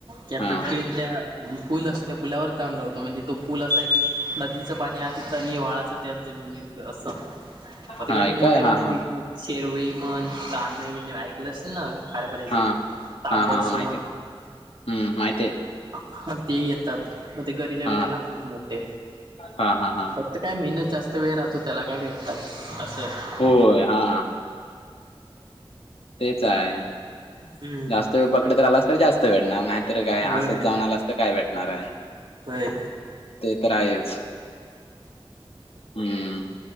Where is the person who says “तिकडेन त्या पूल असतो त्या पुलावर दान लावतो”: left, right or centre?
Right